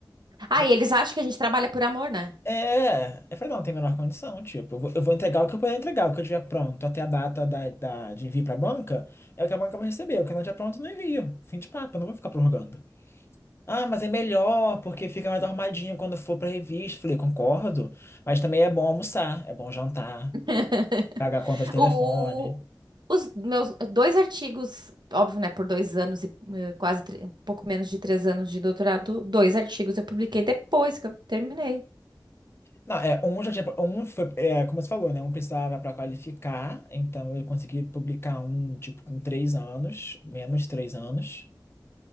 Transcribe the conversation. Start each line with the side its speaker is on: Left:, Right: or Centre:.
Right: Ah,
Left: Aí,
Right: e eles acham que a gente trabalha por amor, né?
Left: É, eu falei: não, tem a menor condição. Tipo, eu vou, eu vou entregar o que eu puder entregar, o que eu tiver pronto até a data da, da- de envio para a banca, é o que a banca vai receber. O que não tiver pronto, eu não envio. Fim de papo, eu não vou ficar prorrogando. Ah, mas é melhor, porque fica mais arrumadinho quando for pra revista. Falei, concordo, mas também é bom almoçar, é bom jantar,
Right: <laughs>
Left: pagar a conta de telefone.
Right: O, Os meus dois artigos, óbvio, né, por dois anos e eh, quase tre- um pouco menos de três anos de doutorado, dois artigos eu publiquei depois que eu terminei.
Left: Não, é, um já tinha, um foi, é, como você falou, né? Um precisava para qualificar, então eu consegui publicar um, tipo, com três anos, menos três anos.